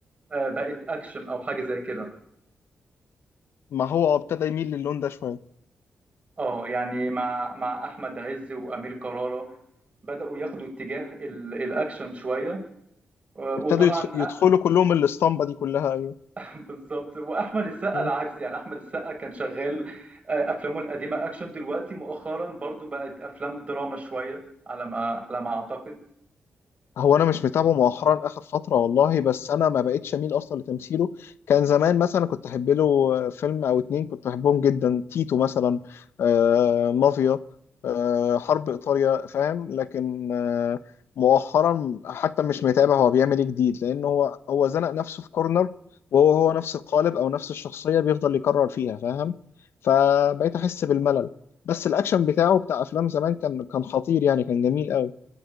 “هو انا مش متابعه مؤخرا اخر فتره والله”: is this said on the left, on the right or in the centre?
Left